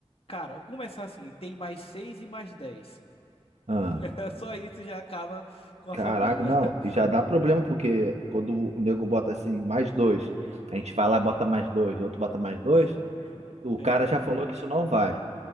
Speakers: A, on the left; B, on the right.
A: Cara, começar assim, tem mais seis e mais dez.
B: Ah.
A: <laughs> Só isso já acaba com a
B: Caraca,
A: família.
B: não,
A: <laughs>
B: e já dá problema, porque quando o nego bota assim, mais dois, a gente vai lá e bota mais dois, outro bota mais dois,
A: Sim, juro.
B: o
A: É,
B: cara
A: Exato.
B: já falou que isso não vale.